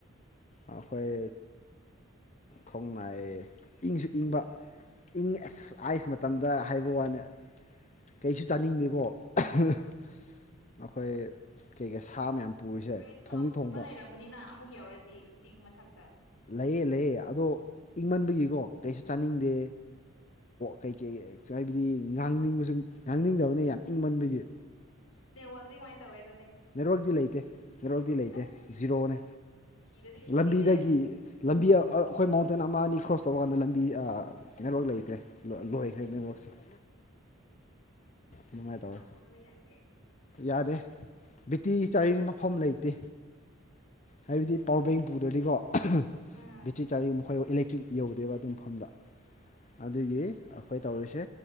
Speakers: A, on the left (about 35°); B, on the left (about 85°).
A: ꯑꯩꯈꯣꯏ ꯈꯣꯡꯅꯥꯏ ꯏꯪꯁꯨ ꯏꯪꯕ ꯏꯪ ꯑꯁ ꯑꯥꯏꯁ ꯃꯇꯝꯗ ꯍꯥꯏꯕ ꯋꯥꯅꯤ ꯀꯩꯁꯨ ꯆꯥꯅꯤꯡꯗꯦꯀꯣ ꯑꯩꯈꯣꯏ ꯀꯩ ꯀꯩ ꯁꯥ ꯃꯌꯥꯝ ꯄꯨꯔꯤꯁꯦ
B: ꯔꯦꯁ
A: ꯊꯣꯡꯗꯤ
B: ꯍꯥꯎꯁꯀꯨꯝꯕ
A: ꯊꯣꯡꯕ
B: ꯂꯩꯔꯝꯒꯅꯤꯅ ꯑꯃꯨꯛ ꯌꯥꯎꯔꯗꯤ ꯆꯤꯡ ꯃꯊꯛꯇ
A: ꯂꯩꯌꯦ ꯂꯩꯌꯦ ꯑꯗꯣ ꯏꯪꯃꯟꯕꯒꯤꯀꯣ ꯀꯩꯁꯨ ꯆꯥꯅꯤꯡꯗꯦ ꯀꯩꯀꯩ ꯍꯥꯏꯕꯗꯤ ꯉꯥꯡꯅꯤꯡꯕꯁꯨ ꯉꯥꯡꯅꯤꯡꯗꯕꯅꯦ ꯌꯥꯝ ꯏꯪꯃꯟꯕꯒꯤ
B: ꯅꯦꯠꯋꯥꯒꯗꯤ ꯀꯃꯥꯏ ꯇꯧꯏ
A: ꯅꯦꯠꯋꯥꯛꯇꯤ ꯂꯩꯇꯦ ꯅꯦꯠꯋꯥꯛꯇꯤ ꯂꯩꯇꯦ
B: ꯑꯁ
A: ꯖꯤꯔꯣꯅꯦ
B: ꯁꯤꯔꯗꯤ ꯁꯤꯔꯦꯅꯦ
A: ꯂꯝꯕꯤꯗꯒꯤ ꯂꯝꯕꯤ ꯑꯩꯈꯣꯏ ꯃꯥꯎꯟꯇꯦꯟ ꯑꯃ ꯑꯅꯤ ꯀ꯭ꯔꯣꯁ ꯇꯧꯕ ꯀꯥꯟꯗ ꯂꯝꯕꯤ ꯅꯦꯠꯋꯥꯛ ꯂꯩꯇ꯭ꯔꯦ ꯂꯣꯏꯈ꯭ꯔꯦ ꯅꯦꯠꯋꯥꯛꯁꯦ <inaudible> ꯑꯗꯨꯃꯥꯏꯅ
B: ꯑꯗꯨꯗꯤ
A: ꯇꯧꯋꯦ
B: ꯄꯥꯎ ꯐꯥꯎꯅꯕ ꯌꯥꯗꯦ
A: ꯌꯥꯗꯦ ꯕꯤꯇꯤꯒꯤ ꯆꯥꯔꯤꯡ ꯃꯐꯝ ꯂꯩꯇꯦ ꯍꯥꯏꯕꯗꯤ ꯄꯋꯥꯔ ꯕꯦꯡ ꯄꯨꯗ꯭ꯔꯗꯤꯀꯣ
B: ꯑꯥ
A: ꯕꯦꯇ꯭ꯔꯤ ꯆꯥꯔꯖ ꯃꯈꯣꯏ ꯏꯂꯦꯛꯇ꯭ꯔꯤꯛ ꯌꯧꯗꯦꯕ ꯑꯗꯨ ꯃꯐꯝꯗ
B: ꯎꯝ
A: ꯑꯗꯨꯒꯤ ꯑꯩꯈꯣꯏ ꯇꯧꯔꯤꯁꯦ